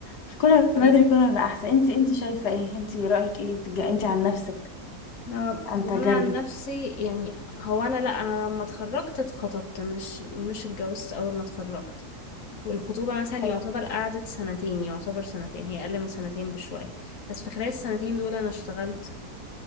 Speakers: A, on the left; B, on the left.
A: فكل ما
B: ماكي
A: بدري كل ما يبقى احسن انت انت شايفه ايه انت رايك ايه بتج- انت عن نفسك
B: آه،
A: عن
B: هو
A: تجاربك
B: أنا عن نفسي يعني هو أنا لأ أنا لما اتخرجت اتخطبت مش مش اتجوزت أول ما اتخرجت والخطوبة مثلا
A: ح-
B: يعتبر قعدت سنتين يعتبر سنتين هي أقل من سنتين بشوية بس في خلال السنتين دول أنا اشتغلت